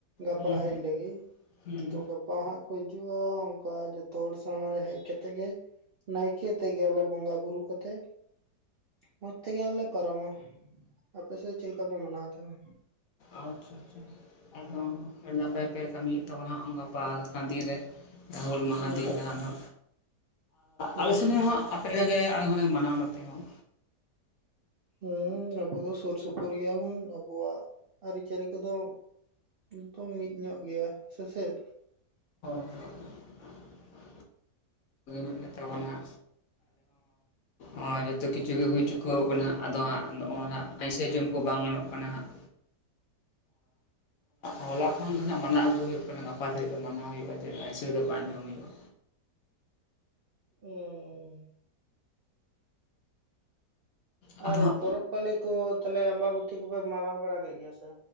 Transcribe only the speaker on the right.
ᱜᱟᱯᱟ
ᱦᱮᱡ ᱞᱟᱹᱜᱤᱫ᱾
ᱛᱚ ᱜᱟᱯᱟ ᱦᱟᱸᱜ ᱠᱚ ᱦᱤᱡᱩᱜᱼᱟ ᱚᱱᱠᱟ ᱡᱚᱛᱚ ᱦᱚᱲ ᱥᱟᱶ ᱨᱮ ᱦᱮᱡ ᱠᱟᱛᱮᱫ ᱜᱮ ᱱᱟᱭᱠᱮ ᱛᱮᱜᱮ ᱟᱞᱮ ᱵᱚᱸᱜᱟ ᱵᱩᱨᱩ ᱠᱟᱛᱮᱜ ᱢᱚᱡᱽ ᱛᱮᱜᱮᱞᱮ ᱯᱟᱨᱚᱢᱟ ᱟᱯᱮ ᱥᱮᱫ ᱪᱮᱫ ᱞᱮᱠᱟᱯᱮ ᱢᱟᱱᱟᱣ ᱛᱟᱦᱮᱞᱮ?
ᱦᱩᱸ
ᱦᱩᱸ
ᱦᱮᱸ ᱟᱵᱚ ᱫᱚ ᱥᱩᱨ ᱥᱩᱯᱩᱨ ᱜᱮᱭᱟᱵᱚᱱ ᱟᱵᱚᱣᱟᱜ ᱟᱹᱨᱤᱪᱟᱹᱞᱤ ᱠᱚᱫᱚ ᱡᱚᱛᱚ ᱢᱤᱫ ᱧᱚᱜ ᱜᱮᱭᱟ᱾ ᱥᱮ ᱪᱮᱫ?
ᱩᱦᱻ
ᱟᱨ
ᱯᱚᱨᱚᱵᱽ ᱯᱟᱹᱞᱤ ᱠᱚ ᱛᱟᱦᱞᱮ ᱟᱢᱵᱟᱵᱚᱛ ᱠᱚᱯᱮ ᱢᱟᱱᱟᱣ ᱵᱟᱲᱟ ᱠᱮᱫ ᱜᱮᱭᱟ ᱥᱮ?